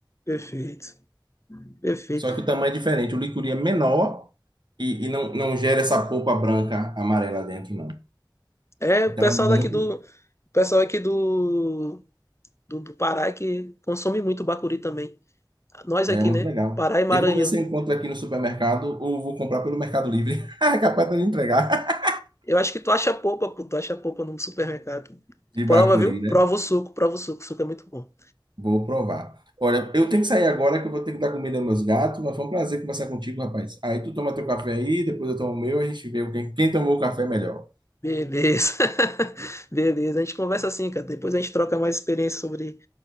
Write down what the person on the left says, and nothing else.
Perfeito, perfeito.
É
o pessoal
daqui do, o pessoal aqui do, do, do Pará é que consome muito bacuri também. Nós
aqui,
né?
Pará e Maranhão.
Eu acho que tu acha polpa, pô, tu acha polpa no supermercado.
Prova, viu?
Prova o suco, prova o suco, o suco é muito bom.
Beleza. <laughs> Beleza, a gente conversa assim, cara. Depois a gente troca mais experiência sobre,